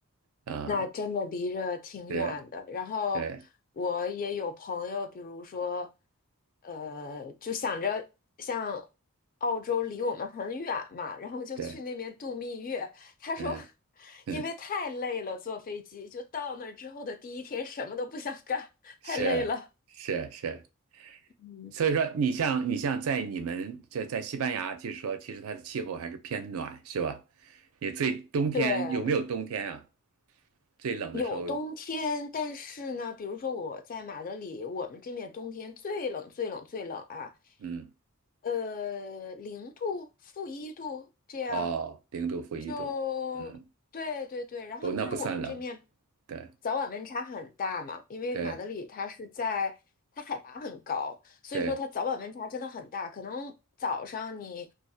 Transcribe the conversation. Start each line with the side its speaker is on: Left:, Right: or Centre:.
Right: 啊，
Left: 那真的离着挺远的。
Right: 是，
Left: 然后我也有朋友，
Right: 对
Left: 比如说，呃，就想着像澳洲离我们很远嘛，然后就去那边度蜜月。
Right: 对，
Left: 他说，
Right: 嗯嗯，
Left: 因为太累了，坐飞机就到那儿之后的第一天什么都不想干，
Right: 是是是。
Left: 太累了。嗯
Right: 所以说，你像你像在你们在在西班牙，就是说，其实它的气候还是偏暖，是吧？你最冬天有没有冬天啊？
Left: 对，
Right: 最冷的时候，
Left: 有冬天，但是呢，比如说我在马德里，我们这面冬天最冷、最冷、最冷啊，
Right: 嗯，
Left: 呃，零度、负一度这样，
Right: 哦，零度负一度，
Left: 就对对对。
Right: 嗯，
Left: 然后，
Right: 不，那不算冷，
Left: 因为我们这面
Right: 对
Left: 早晚温差很大嘛，因为马德里它是在它海拔很高，
Right: 对
Left: 所以说它早晚温差真的很大。
Right: 对，
Left: 可能早上你，